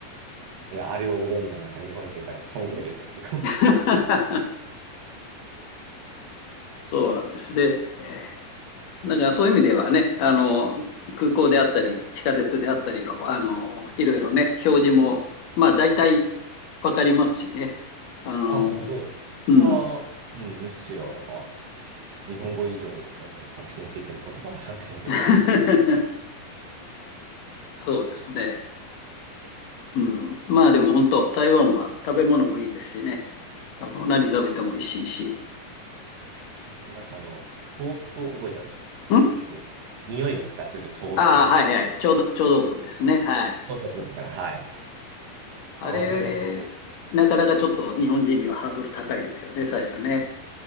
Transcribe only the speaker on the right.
いや、あれを覚えるのは、なんか日本人からも尊敬ですよ。なんか
あ、もうそうです。そこは、
うん、むしろ、なんか、日本語以上に本当に確信ついてる言葉だなって思う時あるの。
なんかあの、豆腐を覚えたんです。
結構、匂いをつかする豆腐。
豆腐ですから、はい。
あれが、あの